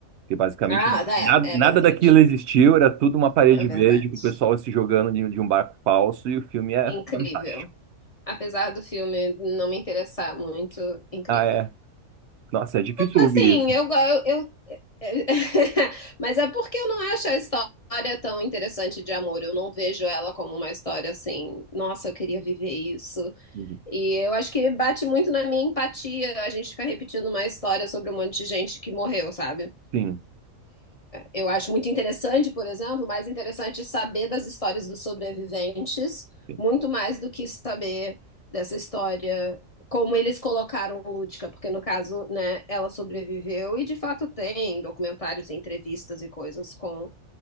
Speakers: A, on the right; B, on the left.
A: Que basicamente
B: Ah, tá,
A: nada,
B: é,
A: nada
B: é verdade.
A: daquilo existiu, era tudo uma parede
B: É verdade.
A: verde com o pessoal se jogando de de um barco falso e o filme é
B: Incrível.
A: fantástico.
B: Apesar do filme não me interessar muito, incrível.
A: Ah, é. Nossa, é difícil
B: Assim,
A: ouvir isso.
B: eu, go- eu, eu <laughs> Mas é porque eu não acho a história tão interessante de amor. Eu não vejo ela como uma história assim, nossa, eu queria viver isso.
A: Uhum.
B: E eu acho que bate muito na minha empatia a gente ficar repetindo uma história sobre um monte de gente que morreu, sabe?
A: Sim,
B: Eu acho muito interessante, por exemplo, mais interessante saber das histórias dos sobreviventes,
A: sim,
B: muito mais do que saber dessa história, como eles colocaram Lúdica, porque no caso, né, ela sobreviveu e de fato tem documentários, entrevistas e coisas com